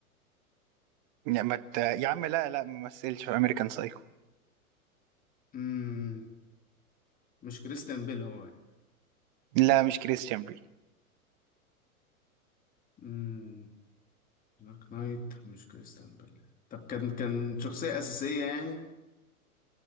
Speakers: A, on the right (about 30°); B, on the left (about 20°).
A: لا، ما مت... يا عم لا لا ما مثلش في امريكان سايكو
B: مم. مش كريستيان بيل هو يعني.
A: لا مش كريستيان بيل
B: مم. دارك نايت مش كريستيان بيل طب كان كان شخصية أساسية يعني